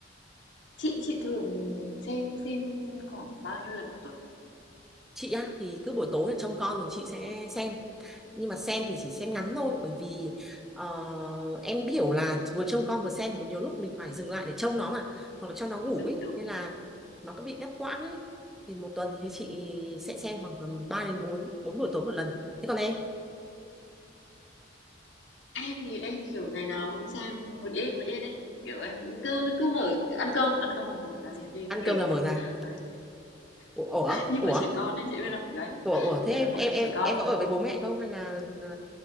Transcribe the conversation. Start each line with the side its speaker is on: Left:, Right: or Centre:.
Left: Chị chị thường xem phim khoảng bao nhiêu lần một tuần?
Centre: chị á thì cứ buổi tối là trông con thì chị sẽ xem nhưng mà xem thì chỉ xem ngắn thôi bởi vì ờ, em hiểu là vừa trông con vừa xem thì nhiều lúc mình phải dừng lại để trông nó mà hoặc là cho nó ngủ
Left: Đúng
Centre: ấy
Left: đúng.
Centre: nên là nó có bị đứt quãng ấy thì một tuần thì chị sẽ xem khoảng tầm 3 đến 4 bốn buổi tối một lần thế còn em
Left: Em thì em kiểu ngày nào cũng xem một ít một ít đấy. Kiểu em cứ cứ mở ăn cơm, ăn cơm là mở ra xem phim
Centre: ăn
Left: kiểu
Centre: cơm là
Left: thế.
Centre: mở ra
Left: Đấy.
Centre: ủa ủa
Left: Như
Centre: ủa
Left: bọn trẻ con ấy chị biết không? Đấy.
Centre: ủa ủa?
Left: Như
Centre: thế em
Left: bọn
Centre: em em
Left: trẻ con
Centre: em có ở với bố mẹ không hay là ờ,